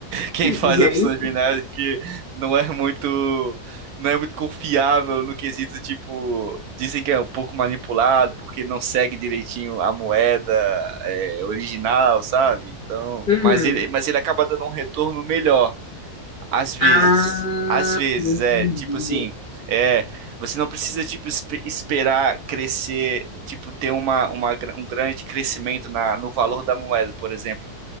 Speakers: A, on the right; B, on the left.
A: quem faz
B: Gente.
A: opções binárias que não é muito, não é muito confiável no quesito, tipo, dizem que é um pouco manipulado porque não segue direitinho a moeda é, original, sabe? Então,
B: Uhum.
A: mas ele, mas ele acaba dando um retorno melhor. Às vezes,
B: Ah,
A: às vezes,
B: entendi.
A: é, tipo assim, é, você não precisa, tipo, espe- esperar crescer, tipo, ter uma, uma, gra- um grande crescimento na, no valor da moeda, por exemplo.